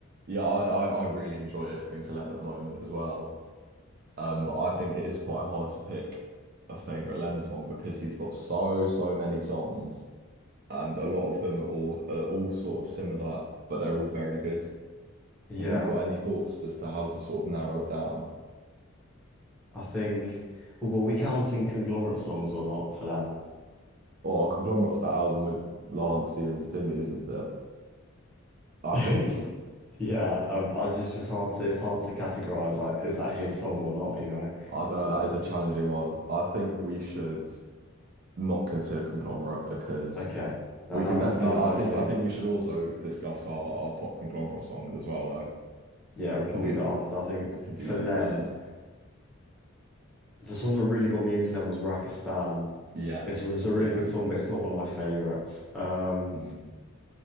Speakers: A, on the right; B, in the centre.
A: Yeah, I, I, I really enjoy listening to Len at the moment as well. Um, but I think it is quite hard to pick a favorite Len song because he's got so, so many songs, and a lot of them are all are all sort of similar, but they're all very good.
B: Yeah,
A: Have you got any thoughts as to how to sort of narrow it down?
B: I think. Well, are we counting conglomerate songs or not, Phelan?
A: Or Conglomerate's that album with Lancey and Fimi, isn't it? I
B: <laughs>
A: think
B: Yeah, um, I was just just hard to it's hard to categorize. Like, is that his song or not? You know?
A: I don't know, that is a challenging one. I think we should not consider Conglomerate because
B: Okay, that
A: We
B: narrows
A: can definitely.
B: it down
A: I
B: nicely.
A: think. I think we should also discuss our, our top conglomerate songs as well, though.
B: Yeah, we can
A: But we
B: do that after. I think
A: we can do
B: for
A: them
B: Len,
A: first.
B: the song that really got me into Len was Rakistan.
A: Yes.
B: It's, it's a
A: Yeah.
B: really good song, but it's not one of my favorites. Um,
A: Mm.